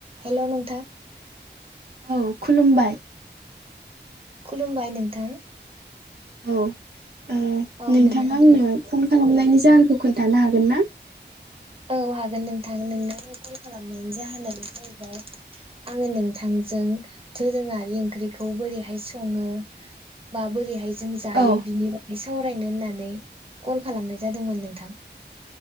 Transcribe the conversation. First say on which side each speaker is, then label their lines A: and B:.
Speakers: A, on the right; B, on the right.
A: Hello नोंथां
B: औ खुलुमबाय
A: खुलुमबाय नोंथां
B: औ ओ
A: औ
B: नोंथाङा
A: नोंथांनो
B: आंनो फन खालामनायनि जाहो खोन्थानो हागोन ना
A: औ हागोन नोंथां नोंनो कल खालामनायनि जाहोनानो जाहैबाय आङो नोंथांजों दोरोङारि ओंख्रिखौ बोरैहाय सङो बा बोरैहाय जों जायो
B: औ
A: बिनि बागै सावराय रायनो होननानै कल खालामनाय जादोंमोन नोंथां